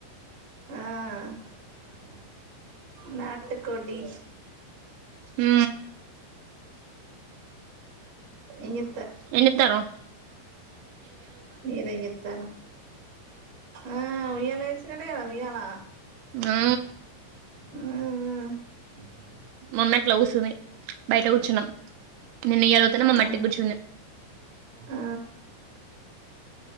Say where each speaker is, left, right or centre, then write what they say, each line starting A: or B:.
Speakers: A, on the right; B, on the right.
A: ఆ నాటుకోడి
B: హు
A: ఇంగ
B: ఏం చేతనవ్
A: మీరేం చెతారు ఆ ఉయ్యాల వచ్చినట్టే కదా ఉయ్యాల
B: ఆ
A: ఉమ్
B: మమ్మ ఎట్లా స్తుంది బయట కూర్చున్నాం నిన్న ఏవవతనా మా
A: ఆ అవును
B: మట్టటి గుచుంది
A: ఆ